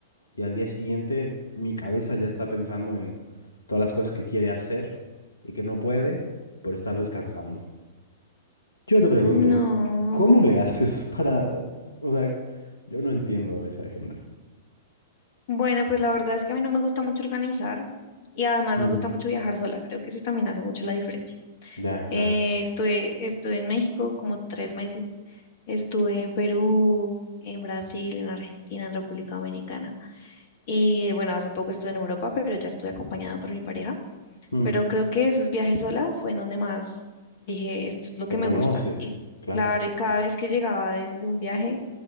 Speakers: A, on the left; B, on the left.
A: y al día siguiente mi cabeza ya está pensando en todas las cosas que quiere hacer y que no puede por estar descansando. Yo te pregunto,
B: No.
A: ¿cómo le haces para... O sea, yo no entiendo a esa gente.
B: Bueno, pues la verdad es que a mí no me gusta mucho organizar y además
A: Mm,
B: me gusta mucho viajar sola, creo que eso también hace mucho la diferencia.
A: ya, claro.
B: Eh, estuve, estuve en México como tres meses, estuve en Perú, en Brasil, en Argentina, en República Dominicana. Y bueno, hace poco estuve en Europa, pero ya estuve acompañada por mi pareja.
A: Mm,
B: Pero creo que esos viajes sola fue en donde más dije, esto es lo
A: te
B: que
A: conoces,
B: me gusta. Y
A: claro.
B: claro, y cada vez que llegaba de, de un viaje,